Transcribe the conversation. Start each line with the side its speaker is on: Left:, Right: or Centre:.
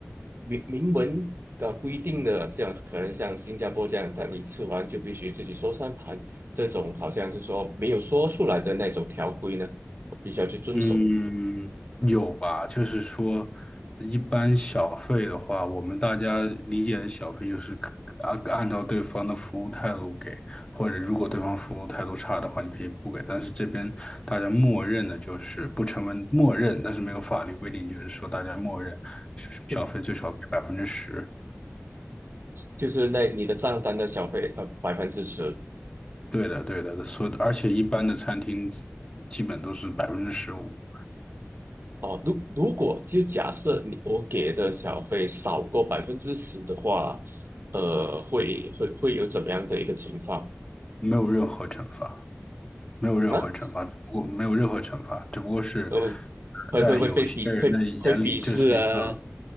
Right: 明明文的规定的，这样可能像新加坡这样，但你吃完就必须自己收三盘，这种好像是说没有说出来的那种条规呢，必须要去遵守的，
Left: 嗯，有吧？就是说，一般小费的话，我们大家理解的小费就是可按按照对方的服务态度给，或者如果对方服务态度差的话，你可以不给。但是这边大家默认的就是不成文默认，但是没有法律规定，就是说大家默认是小费最少给百分之十。
Right: <laughs> 就是那你的账单的小费呃百分之十，
Left: 对的，对的，所以而且一般的餐厅基本都是百分之十五，
Right: 哦，如如果就假设你我给的小费少过百分之十的话，呃，会会会有怎么样的一个情况
Left: 没有任何惩罚。没有任何惩罚，
Right: 啊？
Left: 只不过没有任何惩罚，只不过是
Right: 呃，会会会被鄙会会鄙视啊？
Left: 在有一些人的眼里，这是一个